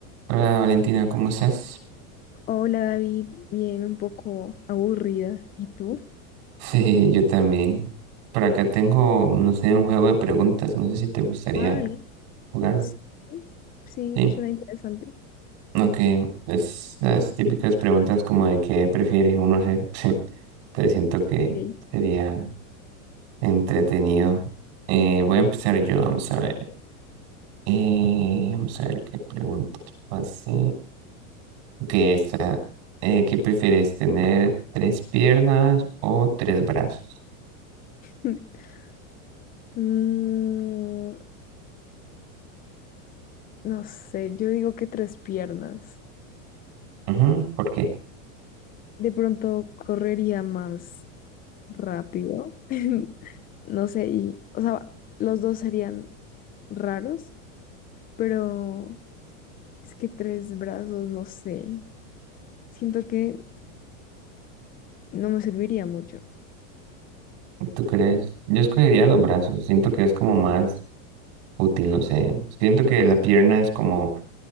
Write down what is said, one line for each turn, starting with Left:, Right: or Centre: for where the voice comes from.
Right: Hola Valentina, ¿cómo estás? <laughs>
Left: Hola David, bien un poco aburrida. ¿Y tú?
Right: Sí, yo también. Por acá tengo, no sé, un juego de preguntas. No sé si te gustaría
Left: Ah, Vale.
Right: jugarlo.
Left: Sí, sí,
Right: Sí,
Left: suena interesante.
Right: ok. Es las típicas preguntas como de qué prefiere uno hacer. <laughs> Sí, te siento que
Left: Ok.
Right: sería entretenido. Eh, voy a empezar yo, vamos a ver. Eh, vamos a ver qué preguntas pasé. Ok, esta. Eh, ¿qué prefieres, tener tres piernas o tres brazos?
Left: <laughs> Mm, no sé, yo digo que tres piernas.
Right: Ujú, ¿por qué?
Left: De pronto correría más rápido. <laughs> No sé, y, o sea, los dos serían raros, pero es que tres brazos, no sé. Siento que no me serviría mucho.
Right: ¿Tú crees? Yo escogería los brazos. Siento que es como más útil, no sé. Siento que la pierna es como, o